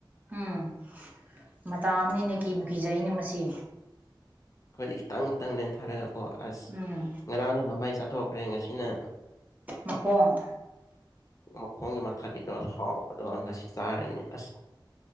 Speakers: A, on the right; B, on the left.
A: ꯎꯝ ꯃꯇꯥ ꯑꯃꯅꯤꯅꯦ ꯀꯤꯕꯨ ꯀꯖ ꯑꯩꯅ ꯃꯁꯤ
B: ꯑꯩꯈꯣꯏꯗꯤ ꯈꯤꯇꯪ ꯈꯤꯇꯪ ꯂꯦꯟꯊꯥꯔꯒꯀꯣ ꯑꯁ
A: ꯎꯝ
B: ꯉꯔꯥꯡꯗ ꯃꯃꯥꯏ ꯆꯥꯊꯣꯛꯈ꯭ꯔꯦ ꯉꯁꯤꯅ
A: ꯃꯀꯣꯡ
B: ꯃꯈꯣꯡꯒꯤ ꯃꯊꯛꯀꯤꯗꯣ ꯍꯥꯎꯕꯗꯣ ꯉꯁꯤ ꯆꯥꯔꯅꯤ ꯑꯁ